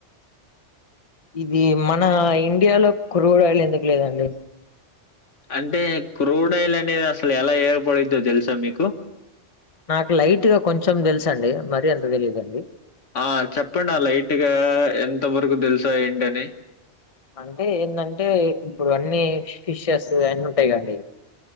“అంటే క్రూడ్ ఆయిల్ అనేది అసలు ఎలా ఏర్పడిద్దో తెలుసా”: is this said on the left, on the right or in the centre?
Left